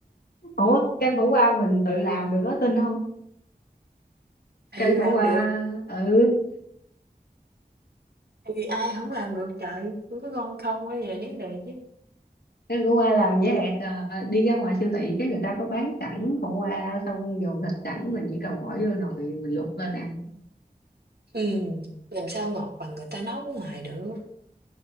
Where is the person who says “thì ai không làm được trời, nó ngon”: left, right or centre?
Right